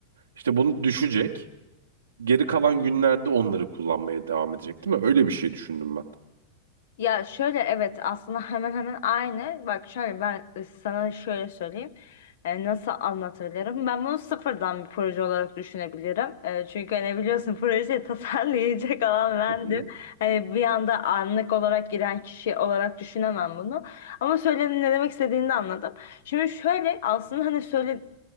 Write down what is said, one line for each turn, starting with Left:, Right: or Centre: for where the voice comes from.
Right: İşte bunu düşecek. Geri kalan günlerde onları kullanmaya devam edecek değil mi? Öyle bir şey düşündüm ben.
Left: Ya şöyle evet aslında hemen hemen aynı. Bak şöyle ben sana şöyle söyleyeyim. E, nasıl anlatabilirim? Ben bunu sıfırdan bir proje olarak düşünebilirim. E, çünkü hani biliyorsun <laughs> projeyi tasarlayacak olan bendim.
Right: hı.
Left: Hani bir anda anlık olarak giren kişi olarak düşünemem bunu. Ama söyledim ne demek istediğini de anladım. Şimdi şöyle aslında hani söyle